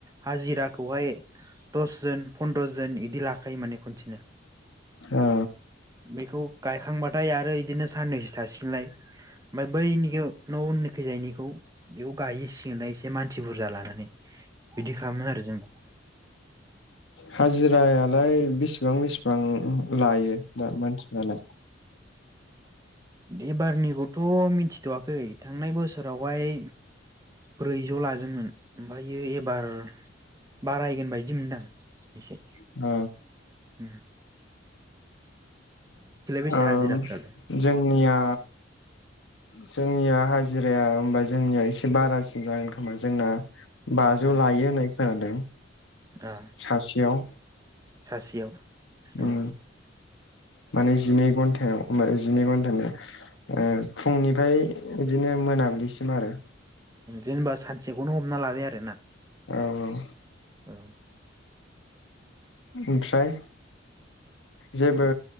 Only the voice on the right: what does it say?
हाजिराखौहाय दसजोन पन्द्र' जोन इ दि लाखायो माने खनसेनो।
बेखौ गायखांबाथाय आरो इदिनो साननैसो थासिगोनलाय। ओमफाय बैनिखौ न' उननिखै जायनि खौ बेयाव गायै सिगोनलाय ए से मानसि बुरजा लानानै। बिदि खालामनो आरो जों।
एबारनिखौथ' मिथिथ'वाखै थांनाय बोसोरावहाय ब्रैजौ लादोंमोन ओमफायो एबार बारायगोन बायदि मोनदां एसे।
उम। बेसे
हाजिराफ्रालाय
ओ
ओ
सासेयाव
औ।
जेनेबा सानसेखौनो हमना लाबाय आरोना।
औ।
औ